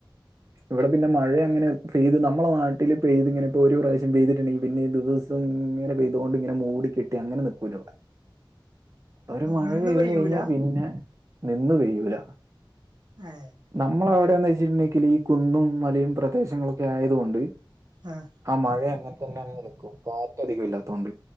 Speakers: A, on the right (about 35°); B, on the right (about 55°).
A: ഇവിടെ പിന്നെ മഴ അങ്ങനെ പെയ് നമ്മളെ നാട്ടില് പെയ് ഇങ്ങനെ ഇപ്പൊ ഒരോ പ്രാവശ്യം പെയ്തിട്ടുണ്ടെങ്കി പിന്നെ ദിവ സം ഇങ്ങനെ പെയ്തൊണ്ട് ഇങ്ങനെ മൂടിക്കെട്ടി അങ്ങനെ നിക്കൂല ഇവടെ. ഒരു മഴ
B: നിന്ന്
A: പെയ്ത്
B: പെയ്യൂല
A: കഴിഞ്ഞാ പിന്നെ നിന്നു പെയ്യൂല.
B: അതെ
A: നമ്മളെ വടെന്ന് വെച്ചിട്ടുണ്ടെങ്കില് ഈ കുന്നും മലയും പ്രദേശങ്ങളൊക്കെ ആയതുകൊണ്ട്.
B: ആഹ.
A: ആ മഴയങ്ങൻ തന്നെ നിക്കും കാറ്റ അധികം ഇല്ലാതോണ്ട്.